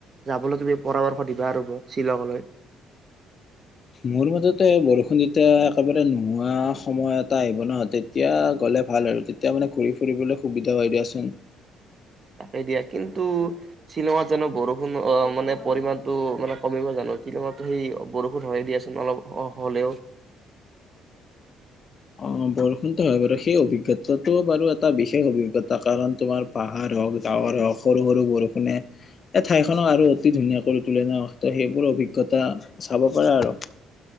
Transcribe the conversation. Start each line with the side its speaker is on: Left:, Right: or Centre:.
Right: যাবলৈ তুমি পৰামৰ্শ দিবা আৰু মোক? শ্বিলংলৈ?
Left: মোৰ মতেতো এই বৰষুণ যেতিয়া একেবাৰে নোহোৱা সময় এটা আহিব নহয়, তেতিয়া গ'লে ভাল আৰু । তেতিয়া মানে ঘূৰি ফুৰিবলৈ সুবিধা হয় দিয়াচোন।
Right: তাকেই দিয়া । কিন্তু শ্বিলঙত জানো বৰষুণ অ'- মানে পৰিমণটো মানে কমিব জানো? শ্বিলঙতো সেই বৰষুণ হয়ে দিয়াচোন, অলপ হ'লেও।
Left: অ' বৰষুণতো হয় বাৰু । সেই অভিজ্ঞতাটো বাৰু এটা বিশেষ অভিজ্ঞতা, কাৰণ তোমাৰ পাহাৰ হওঁক, ডাৱৰ হওঁক, সৰু - সৰু বৰষুণে এই ঠাইখনক আৰু অতি ধুনীয়া কৰি তোলে না? তো সেইবোৰ অভিজ্ঞতা চাব পাৰা আৰু।